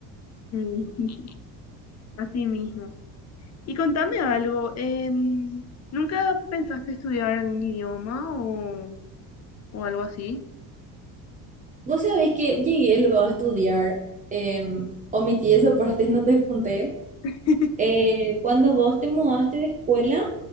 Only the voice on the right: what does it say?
Vos sabés que llegué luego a estudiar. em, omití esa parte, <laughs> no te conté.
eh, cuando vos te mudaste de escuela.